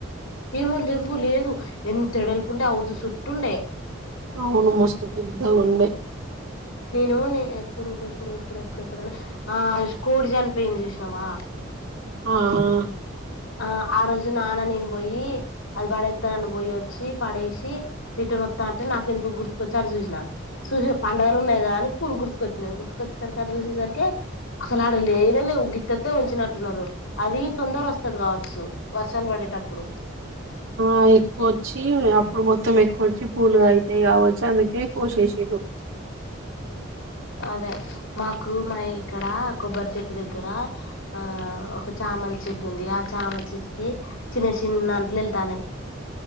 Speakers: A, on the left; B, on the right.
A: ఏమో లేవ్వు లేదు ఎంత ఎడల్పుండే హౌజు చుట్టుండే
B: అవును మస్తు పెద్దగుండే
A: నేను నే ఎప్పుడు ఎప్పుడు ఎప్పుడు ఎప్పుడు ఎప్పుడని ఆ ఆ రోజు కోడి జానిపోయింది చూసినవా
B: ఆ ఆ
A: ఆ ఆ రోజు నాన్న నేను బొయ్యి అది పడేత్తనని పొయ్యొచ్చి పడేసి రిటర్న్ ఒత్తంటే నాకెందుకో గుర్తుకొచ్చి ఆటు చూసిన చూస పండుగలు ఉన్నాయి కదా అని పూలు గుర్తుకొచ్చినయి గుర్తుకొచ్చేసరికి అటు చూసేసరికే అసలు ఆడ లేనే లేవు గిత్తతే ఉంచినట్టున్నారు అది తొందర ఓస్ స్తది కావోచ్చు వర్షాలు వడేటప్పుడు
B: ఆ ఎక్కువ వచ్చి అప్పుడు మొత్తం ఎక్కువ వచ్చి పూలుగా అయితయి కావోచ్చు అందుకే కోశేషిన్రు
A: అదే మాకు మా ఇక్కడ కొబ్బరి చెట్టు దగ్గర ఆ ఒక చామంతి చెట్టు ఉంది ఆ చామ చెట్టుకి చిన్న చిన్న అంట్లు వెళ్తానయి